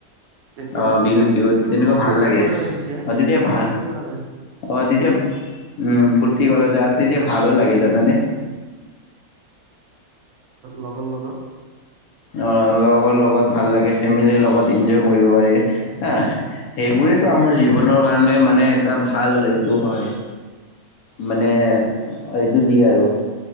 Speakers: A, on the right; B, on the left.
A: তেতিয়া
B: আহ
A: কৰা
B: বিহু
A: যায় অলপ
B: চিহুত
A: ফূৰ্তি
B: তেনেকুৱা
A: ফূৰ্তি
B: ভাল লাগে।
A: কৰা যায়
B: অ তেতিয়া ভা,
A: ফূৰ্তি কৰা যায়
B: অহ তেতিয়া উম ফূৰ্তি কৰা যায় আৰু তেতিয়া ভালো লাগে জানানে।
A: লগৰ লগত।
B: অ লগৰ লগত ভাল লাগে, ফেমিলিৰ লগত ইনজয় কৰিব পাৰি হা। সেইবোৰেইতো আমাৰ জীৱনৰ কাণ মানে মানে এটা ভাল, এইটো হয়। মানে
A: ভাল ভাল
B: আইট টো দি আৰু।